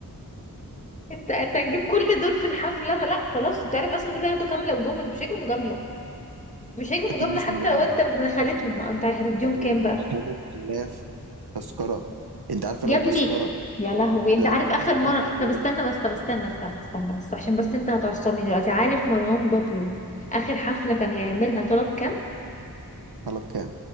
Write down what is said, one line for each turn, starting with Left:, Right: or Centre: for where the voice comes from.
Left: انت انت هتجيب كل دول في الحفله ما لا خلاص انت عارف اصلا دول هياخدوا كامله وجمل مش هيجوا مجامله مش هيجوا
Right: اكيد
Left: مجامله
Right: مش
Left: حتى
Right: مجنون
Left: لو انت ابن خالتهم ما انت هتديهم
Right: بقول
Left: كام بقى
Right: لك 5000 تذكرة انت عارفة
Left: يا
Right: لو
Left: ابني
Right: تذكرة
Left: يا لهوي انت
Right: لو
Left: عارف
Right: تذكرة
Left: اخر
Right: ب
Left: مره
Right: 1000 جنيه
Left: طب استنى بس طب استنى استنى استنى بس عشان بس انت هتعصبني دلوقتي عارف مروان بابلو اخر حفله كان هيعملها طلب كام
Right: طلب كام؟